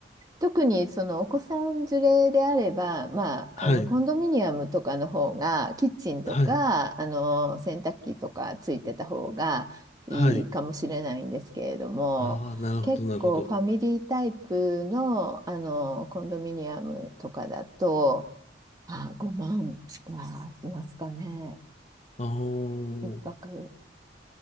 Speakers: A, on the right; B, on the left.
A: 特にそのお子さん連れであれば、まあ、
B: はい。
A: あのコンドミニアムとかの方がキッチンとかあの洗濯機とかついてた方がいいかもしれないんですけれども結構ファミリータイプの、
B: はい。はい。ああ、なるほど、なるほど。
A: あのコンドミニアムとかだとあ5万はしますかね
B: あの
A: 一泊